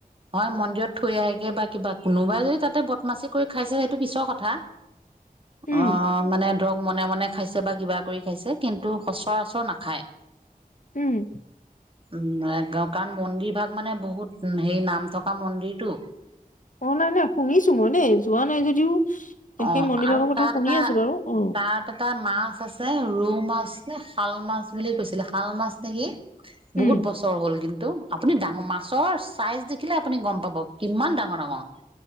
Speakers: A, on the right; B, on the left.
A: হয় মন্দিৰত থৈ আহেগে বা কিবা কোনোবাই যদি তাতে বদমাচি কৰি খাইছে সেইটো পিছৰ কথা।
B: উম
A: অ'। মানে ধৰক মনে মনে খাইছে বা কিবা কৰি খাইছে কিন্তু সচৰাচৰ নাখায়।
B: উম।
A: উ কৰা কাৰণ মন্দিৰ ভাগ মানে বহুত হে নাম থকা মন্দিৰ। টো
B: অ, নাই-নাই শুনিছো মই দেই যোৱা নাই যদিও সেই
A: অঁ',
B: মন্দিৰ
A: আৰু
B: ভাগৰ কথা
A: তা'ত
B: শুনি
A: এটা
B: আছো বাৰু অ
A: তা'ত- এটা মাছ আছে ৰৌ মাছ নে শাল মাছ বুলি কৈছিলে, শাল মাছ নেকি।
B: উম
A: বহুত বছৰ হ'ল কিন্তু- আপুনি ডাঙৰ মাছৰ চাইজ দেখিলে আপুনি গম পাব কিমান ডাঙৰ-ডাঙৰ।